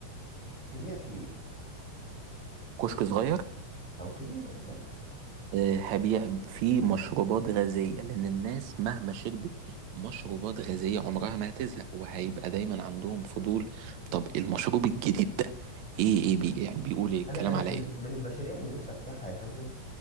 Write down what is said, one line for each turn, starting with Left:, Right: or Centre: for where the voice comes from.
Centre: تبيع فيه ايه
Right: كشك صغير
Centre: او كبير يعني
Right: آه، هبيع فيه مشروبات غازية لأن الناس مهما شربت مشروبات غازية
Centre: براحتك
Right: عمرها ما هتزهق وهيبقى دايما عندهم فضول طب المشروب الجديد ده إيه إيه بي يعني بيقول إيه الكلام
Centre: انا انا
Right: على
Centre: من
Right: إيه
Centre: من المشاريع اللي نفسي افتحها يا فندم